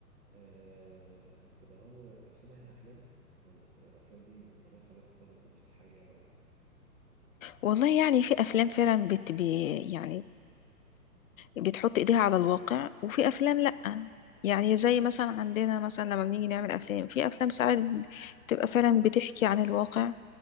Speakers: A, on the right; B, on the left.
A: آه بتبقى هو شبه الأفلام ولا بتبقى الأفلام دي ملهاش علاقة خالص باللي في الحقيقة بقى
B: والله يعني في أفلام فعلا بت بي يعني بتحط إيديها على الواقع وفي أفلام لأ يعني زي مثلا عندنا مثلا لما بنيجي نعمل أفلام في أفلام ساعات بتبقى فعلا بتحكي عن الواقع